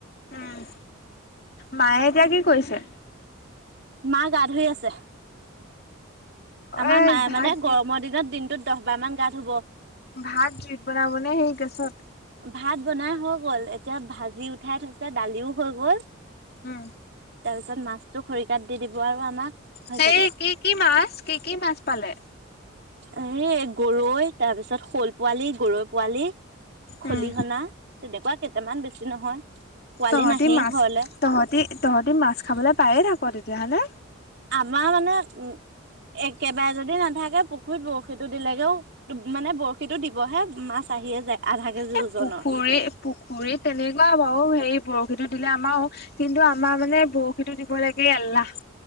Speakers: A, on the left; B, on the right.
A: উম মায়ে এতিয়া কি কৰিছে?
B: মায়ে গা ধুই আছে। আমাৰ
A: এ
B: মায়ে
A: ভাত
B: মানে
A: জুইত
B: গৰমৰ দিনত দিনটোত দহ বাৰ মান গা ধুব।
A: ভাত জুইত বনাবনে, গেছত?
B: ভাত বনাই হৈ গ'ল, এতিয়া ভাজি উঠাই থৈছে দালিও হৈ গ'ল।
A: উম,
B: তাৰ পিছত মাছটো খৰিকাত দি দিব আৰু আমাক হৈ
A: সেই
B: যাব।
A: কি, কি মাছ কি, কি মাছ পালে?
B: হেৰি গৰৈ তাৰ পিছত শ'ল পোৱালি, গৰৈ পোৱালি। খলিহনা
A: উম
B: তেনেকুৱা কেইটামান বেছি নহয়। পোৱালি
A: তহঁতি
B: নাহেই
A: মাছ
B: ঘৰলে
A: তহঁতি, তহঁতি মাছ খাবলৈ পায়েই থাক তেতিয়াহ'লে?
B: আমাৰ মানে উম, একেবাৰে যদি নাথাকে, পুখুৰীত বৰশীতটো দিলেগেও মানে বৰশীতো দিবহে মাছ আহিয়েই যায় আধা কেজি
A: এ,
B: ওজনৰ
A: পুখুৰী, পুখুৰীত তেনেকুৱা বাৰু হেৰি বৰশীটোত। দিলে আমাৰো, কিন্তু আমাৰ মানে বৰশীতটো দিব লেকে এলাহ।